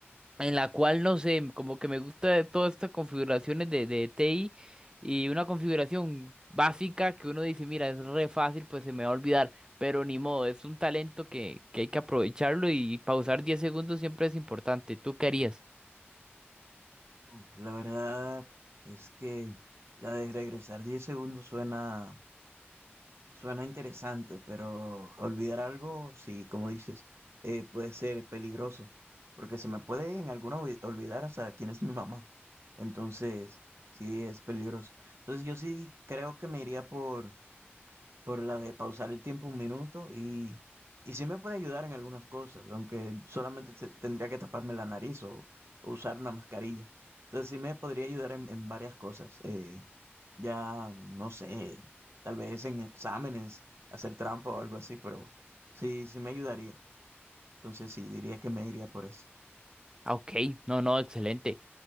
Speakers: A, on the right; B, on the right.
A: en la cual no sé, como que me gusta de todas estas configuraciones de, de TI y una configuración básica que uno dice, mira, es re fácil, pues se me va a olvidar, pero ni modo, es un talento que, que hay que aprovecharlo y pausar 10 segundos siempre es importante. ¿Tú qué harías?
B: Uf, la verdad es que la de regresar diez segundos suena, suena interesante, pero olvidar algo, sí, como dices, eh, puede ser peligroso, porque se me puede en alguna olvi- olvidar hasta quién es mi mamá. Entonces, sí, es peligroso. Entonces, yo sí creo que me iría por por la de pausar el tiempo un minuto y, y sí me puede ayudar en algunas cosas, aunque solamente te- tendría que taparme la nariz o, o usar una mascarilla. Entonces sí me podría ayudar en, en varias cosas. eh, ya, no sé, tal vez en exámenes, hacer trampa o algo así, pero sí, sí me ayudaría. Entonces sí, diría que me iría por eso.
A: Ah, ok, no, no, excelente.